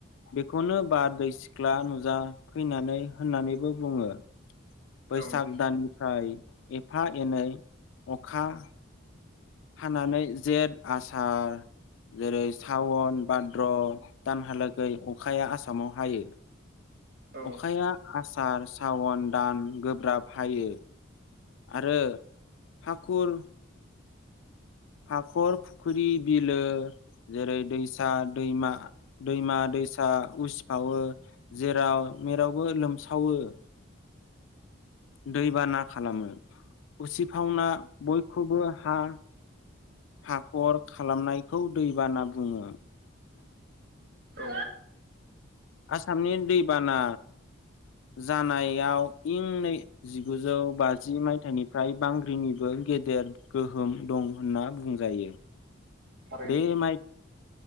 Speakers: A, on the left (about 70°); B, on the right (about 50°).
A: बेखौनो बारदै सिख्ला नुजा फैनानै होननानैबो बुङो। बैसाग
B: औ
A: दाननिफ्राय एफा एनै अखा हानानै जेत आसार। जेरै सावन भाद्र' दानहालागै अखाया आसामाव हायो।
B: औ नंगौ थारैनो औ
A: अखाया आसार सावन दान गोब्राब हायो। आरो हाखुर। हाखर फुख्रि बिलो जेरै दैसा दैमा। दैमा दैसा उसिफावो। जेराव मेरावबो लोमसावो। दैबाना खालामो उसिफावना बयखौबो हा। हाखर खालामनायखौ दैबाना बुङो।
B: अ
A: आसामनि दैबाना जानायाव इं नै जिगुजौ बाजि मायथाइनिफ्राय बांग्रिनिबो गेदेर गोहोम दं होनना बुंजायो।
B: थारैनो
A: बे माय